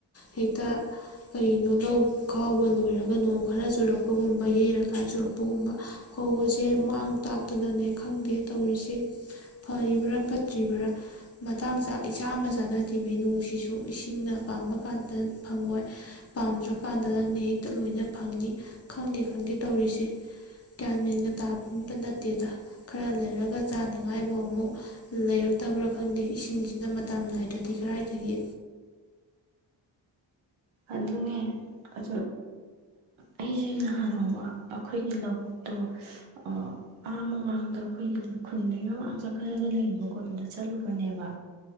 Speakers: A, on the left; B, on the right.
A: ꯍꯦꯛꯇ ꯀꯔꯤꯅꯣ ꯂꯧ ꯈꯥꯎꯕ ꯂꯣꯏꯔꯒ ꯅꯣ꯫ ꯈꯔ ꯆꯨꯔꯛꯄꯒꯨꯝꯕ ꯌꯩꯔꯀꯥꯟ ꯆꯨꯔꯛꯄꯒꯨꯝꯕ ꯐꯧꯕꯁꯦ ꯃꯥꯡ ꯇꯥꯛꯇꯅꯅꯦ ꯈꯪꯗꯦ ꯇꯧꯔꯤꯁꯦ ꯐꯔꯤꯕ꯭ꯔꯥ ꯐꯠꯇ꯭ꯔꯤꯕ꯭ꯔꯥ ꯃꯇꯥꯡ ꯆꯥꯛ ꯏꯆꯥ ꯑꯃ ꯆꯥꯅꯗꯃꯤ ꯅꯨꯡꯁꯤꯁꯨ ꯏꯁꯤꯡꯅ ꯄꯥꯝꯕ ꯀꯥꯟꯗ ꯐꯪꯉꯣꯏ ꯄꯥꯝꯗ꯭ꯔꯀꯥꯟꯗꯅꯦ ꯍꯦꯛꯇ ꯂꯣꯏꯅ꯫ ꯐꯪꯅꯤ ꯈꯪꯗꯦ ꯈꯪꯗꯦ ꯇꯧꯔꯤꯁꯦ ꯀꯒ꯭ꯌꯥꯟꯃꯦꯟꯒ ꯇꯥꯐꯝꯇ ꯅꯠꯇꯦꯗ ꯈꯔ ꯂꯩꯔꯒ ꯆꯥꯅꯉꯥꯏꯐꯥꯎ ꯑꯃꯨꯛ ꯂꯩꯔꯛꯇꯕ꯭ꯔꯥ ꯈꯪꯗꯦ ꯏꯁꯤꯡꯁꯤꯅ ꯃꯇꯝ ꯅꯥꯏꯗ꯭ꯔꯗꯤ ꯀꯗꯥꯏꯗꯒꯤ꯫
B: ꯑꯗꯨꯅꯦ ꯑ ꯑꯩꯁꯦ ꯅꯍꯥꯅꫭꯡꯃ ꯑꯩꯈꯣꯏꯒꯤ ꯂꯧꯕꯨꯛꯇꯣ ꯑ ꯑꯃꯥ ꯃꯃꯥꯡꯗ ꯑꯩꯈꯣꯏꯒꯤ ꯈꯨꯟꯗꯨꯒꯤ ꯃꯃꯥꯡ ꯆꯠꯈꯠꯂꯒ ꯂꯩꯌꯦꯕꯀꫭ ꯑꯗꯨꯗ ꯆꯠꯂꯨꯕꯅꯦꯕ